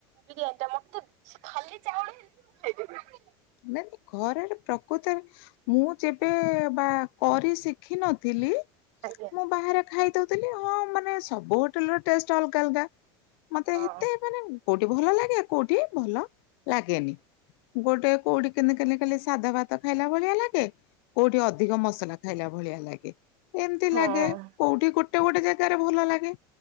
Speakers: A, on the right; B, on the left.
A: ବିରିୟାନୀଟା ମତେ ଖାଲି ଚାଉଳ ହେଲେ ବି ମୁଁ ଖାଇଦେବି।
B: ନେନି ଘରର ପ୍ରକୁତରେ ମୁଁ ଯେବେ ବା କରି ଶିଖିନଥିଲି
A: ଆଜ୍ଞା
B: ମୁଁ ବାହାରେ ଖାଇଦଉଥିଲି ହଁ ମାନେ ସବୁ ହୋଟେଲ୍ ରେ ଟେଷ୍ଟ୍ ଅଲଗା ଅଲଗା। ମତେ
A: ହଁ
B: ହେତେ ମାନେ କୋଉଠି ଭଲ ଲାଗେ କୋଉଠି ଭଲ ଲାଗେନି ଗୋଟେ କୋଉଠି କେନ୍ତି ଖାଲି ଖାଲି ସାଧା ଭାତ ଖାଇଲା ଭଳିଆ ଲାଗେ କୋଉଠି ଅଧିକ ମସଲା ଖାଇ ଏଲା ଭଳିଆ ଲାଗେ ଏମତି
A: ହଁ
B: ଲାଗେ କୋଉଠି ଗୋଟେ ଗୋଟେ ଜେଗାରେ ଭଲ ଲାଗେ।